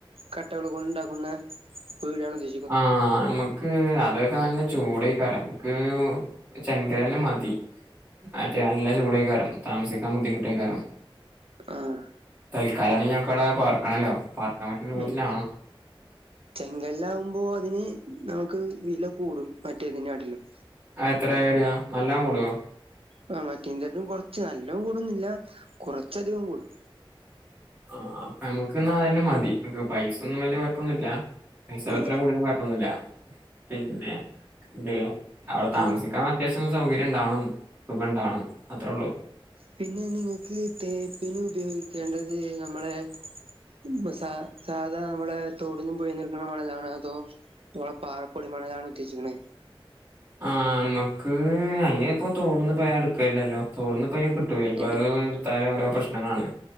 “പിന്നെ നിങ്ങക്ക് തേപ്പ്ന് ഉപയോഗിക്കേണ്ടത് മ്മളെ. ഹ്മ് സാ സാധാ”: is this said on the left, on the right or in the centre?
Right